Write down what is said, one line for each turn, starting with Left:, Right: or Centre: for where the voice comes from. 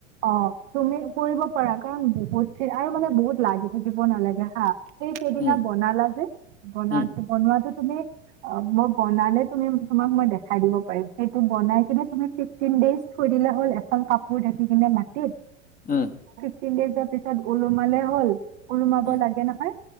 Right: অ, তুমি কৰিব পাৰা কাৰণ বহুত আৰু মানে বহুত লাগি থাকিব নালাগে হা। সেই সেইদিনা
Left: উম,
Right: বনালা যে বনন
Left: উম,
Right: বনোৱাতো আ, মই বানালে তোমাক মই দেখাই দিব পাৰিম। সেইখন বনাই কেনে তুমি ফিফটিন দেইজ থৈ দিলে হল এখন কাপোৰ ধাকি। দি কিনে মাটিত।
Left: উম।
Right: ফিফতিন দেইজৰ পিছত ওলোমালে হ'ল। ওলোমাব
Left: উম,
Right: লাগে নহয়